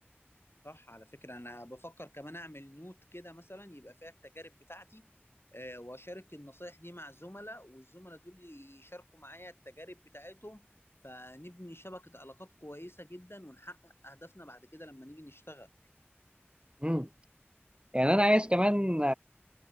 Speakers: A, on the left; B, on the right.
A: صح على فكرة أنا بفكر كمان أعمل نوت كده مثلا يبقى فيها التجارب بتاعتي آه، وأشارك النصايح دي مع الزملاء والزملاء دول يشاركوا معايا التجارب بتاعتهم فنبني شبكة علاقات كويسة جدا ونحقق أهدافنا بعد كده لما نيجي نشتغل
B: امم يعني أنا عايز كمان